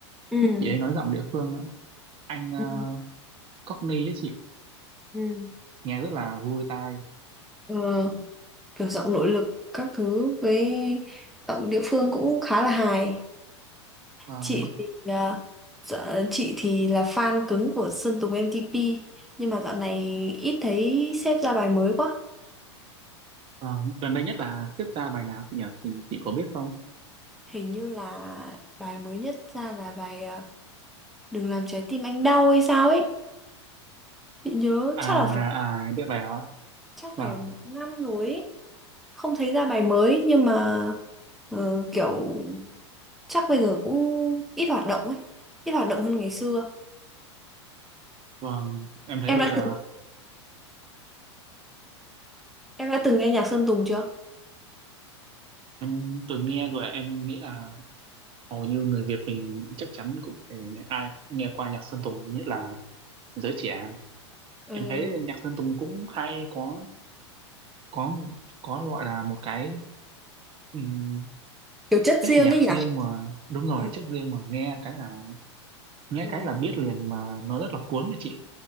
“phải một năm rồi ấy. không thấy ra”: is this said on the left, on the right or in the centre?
Centre